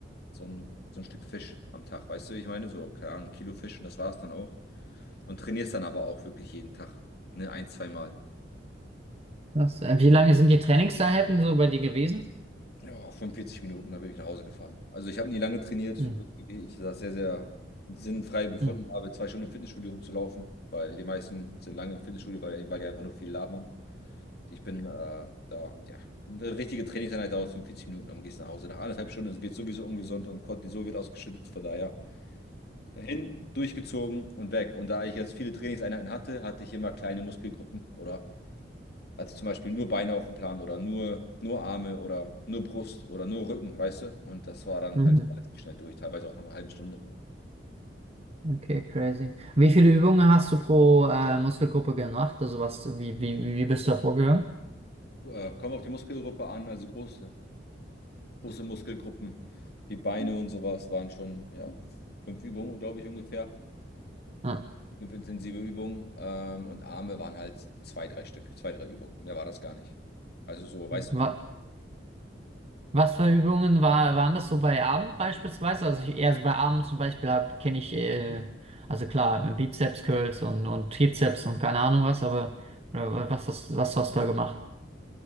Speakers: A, on the left (about 60°); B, on the right (about 35°).
A: so ein, so ein Stück Fisch am Tag, weißt du, wie ich meine? So, keine Ahnung, ein Kilo Fisch und das war's dann auch. Und trainierst dann aber auch wirklich jeden Tag, ne, ein, zweimal.
B: Das, äh, wie lange sind die Trainingseinheiten so bei dir gewesen?
A: Ja, 45 Minuten, da bin ich nach Hause gefahren. Also ich habe nie lange trainiert.
B: Mhm.
A: Ich das sehr, sehr sinnfrei befunden
B: Mhm.
A: habe, zwei Stunden im Fitnessstudio rumzulaufen, weil die meisten sind lange im Fitnessstudio, weil, weil die einfach nur viel labern. Ich bin äh, da, ja, eine richtige Trainingseinheit dauert 45 Minuten, dann gehst du nach Hause. Nach anderthalb Stunden wird sowieso ungesund und Cortisol wird ausgeschüttet, von daher. Hin, durchgezogen und weg. Und da ich jetzt viele Trainingseinheiten hatte, hatte ich immer kleine Muskelgruppen oder hatte ich zum Beispiel nur Beine auf dem Plan oder nur, nur Arme oder nur Brust oder nur Rücken, weißt du? Und das war dann
B: Mhm.
A: halt relativ schnell durch, teilweise auch nach einer halben Stunde.
B: Okay, crazy. Wie viele Übungen hast du pro äh, Muskelgruppe gemacht? Also was, wie, wie, wie bist du da vorgegangen?
A: Äh, kommen wir auf die Muskelgruppe an, also große, große Muskelgruppen wie Beine und sowas waren schon, ja, fünf Übungen, glaube ich, ungefähr.
B: Ja.
A: Fünf intensive Übungen. Ähm, und Arme waren halt zwei, drei Stück, zwei, drei Übungen. Mehr war das gar nicht. Also so, weißt
B: Wa- Was für Übungen war, waren das so bei Abend beispielsweise? Also ich, eher so bei Abend zum Beispiel hab, kenne ich, äh, also klar, Bizeps Curls und, und Trizeps und keine Ahnung was, aber äh, was, hast- was hast du da gemacht?